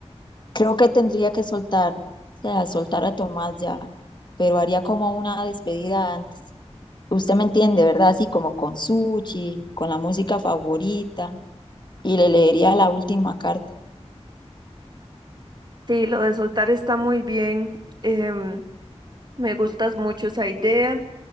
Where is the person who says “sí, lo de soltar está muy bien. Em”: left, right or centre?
Right